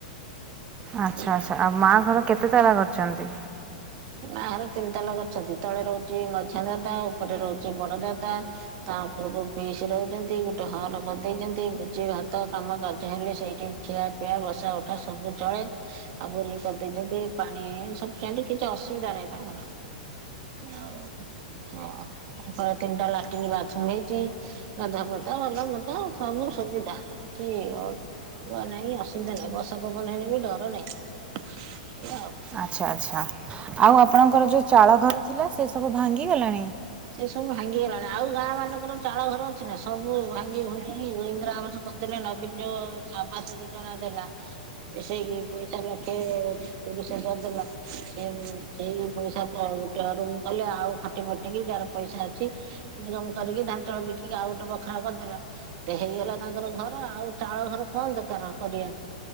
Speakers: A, on the right (about 25°); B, on the right (about 50°).
A: ଆଚ୍ଛା
B: ଏଇଭଳିଆ
A: ଆଚ୍ଛା
B: କଥା
A: ଆଉ ମାଆଘର କେତେ ତାଲା କରିଛନ୍ତି?
B: ମାଆ ଘର ତିନ୍ ତାଲା କରିଛନ୍ତି ତଳେ ରହୁଛି ମଝିଆଁ ଦାଦା ଉପରେ ରହୁଛି ବଡ ଦାଦା। ତା ଉପରୁକୁ ପିଇସିି ରହୁଛନ୍ତି, ଗୋଟେ ହଲ୍ କରିଦେଇଛନ୍ତି, ଭୋଜି ଭାତ କାମ କାର୍ଯ୍ୟ ହେଲେ ସେଇଠି ଖିଆ ପିଆ ବସା ଉଠା ସବୁ ଚଳେ ଆଉ ବୋରିଙ୍ଗ କରିଦେଇଛନ୍ତି ପାଣି ସବୁ ସେମିତି କିଛି ଅସୁବିଧା ନାହିଁ ତାଙ୍କର ଆଉ ହଁ ଉପରେ ତିନିଟା ଲାଟିନ୍ ବାଥରୁମ୍‌ହେଇଛି, ଗଧୁଆ ପାଧୁଆ ଭଲ ମନ୍ଦ ସବୁ ସୁବିଧା। କି ଅଡୁଆ ନାଇଁ ଅସୁବିଧା ନାଇଁ ବର୍ଷା ପବନ ହେଲେ ବି ଡର ନାଇଁ। ଏଇଆ ଆଉ।
A: ଆଚ୍ଛା ଆଚ୍ଛା ଆଉ ଆପଣଙ୍କର ଯୋଉ ଚାଳ ଘର ଥିଲା ସେ ସବୁ ଭାଙ୍ଗିଗଲାଣି।
B: ସେ ସବୁ ଭାଙ୍ଗି ଗଲାଣି ଆଉ ଗାଁ ମାନଙ୍କର ଚାଳ ଘର ଅଛି ନା ସବୁ ଭାଙ୍ଗି ଭୁଙ୍ଗିକି ଇନ୍ଦ୍ରାଆବାସ ମତେ ଯୋଉ ନବୀନ୍‌ ଯୋଉ ଆବାସ ଯୋଜନା ଦେଲା। ମିସେଇକି ପଇସା ଲକ୍ଷେ ତିରିଶ ହଜାର ଦେଲା। ଏମ୍‌ ସେଇ ପଇସା ତ ଗୋଟାଏ ରୁମ କଲେ ଆଉ ଖଟି ଫଟି କି ଯାହାର ପଇସା ଅଛି ଇନିକମ କରିକି ଧାାନ ଚାଉଳ ବିକିକି ଆଉ ଗୋଟେ ବଖରା କରଥେଲା। ଦେ ହେଇଗଲା ତାଙ୍କର ଘର ଆଉ ଚାଳ ଘର କଣ ଦକାର କରିବା।